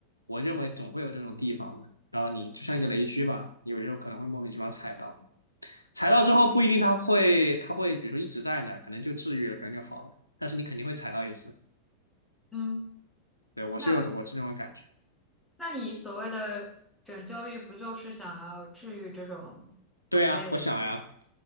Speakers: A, on the left; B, in the centre.
A: 我认为总会有这种地方的。然后你就像一个雷区吧，你有时候可能会莫名其妙踩到，踩到之后不一定他会，他会比如说一直在那儿，可能就治愈了，可能就好了，但是你肯定会踩到一次。
B: 嗯，
A: 对，我是有我是这种感觉。
B: 那那你所谓的拯救欲，不就是想要治愈这种会被
A: 对呀，我想呀。